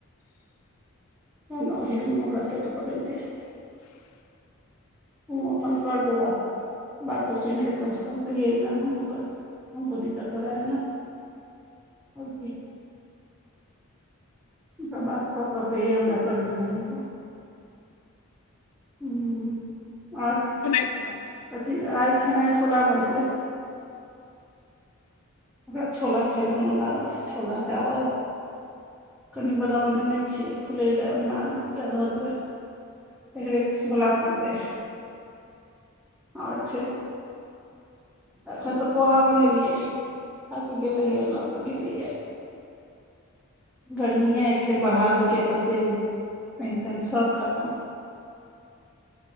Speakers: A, in the centre; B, on the left (about 85°).
A: तें न ओही रूम में ओकरा सेट कऽ देलकैये। उँ अपन कर दूगा बातो सुइन केऽ कम स कम कहियै मैम हमको कल हमको दिक्कत हो रहा है न। अब की तऽ बात कऽ केऽ कहियै हमरा कर दिजिये हमको उम्म और
B: सुनैय छी अहाँके
A: अथी आय खेनाय छोला बनतैय ओकरा छोला खायले मोन लागल छै छोला चावल कनि बदाम देने छियै फुलैले, ओयमें आलू दूटा धऽ देबै। <unintelligible> बला बनतै आर फेर ऐखन तऽ पोहा बनेलियै खाऽ कऽ गेलै ये लऽ कऽ गेलै ये। र्गमी ऐ आइ फेर बढ़ा देल के तते जे पइन तइन सब खतम